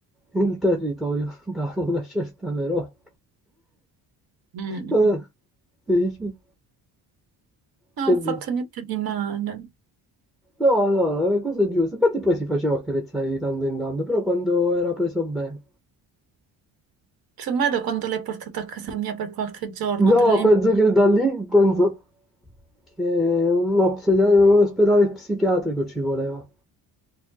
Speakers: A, in the centre; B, on the right.
A: il territorio <laughs> da una certa Veronica.
B: Mm,
A: Eh, Dici?
B: Non
A: Che
B: ho
A: dici?
B: fatto niente di male.
A: No, no, no, le cose giuste. Infatti poi si faceva accarezzare di tanto in tanto, però quando era preso bene.
B: Semmai da quando l'hai portato a casa mia per qualche giorno,
A: No,
B: da lì
A: penso
B: in poi.
A: che da lì, penso che un ospedale, un ospedale psichiatrico ci voleva.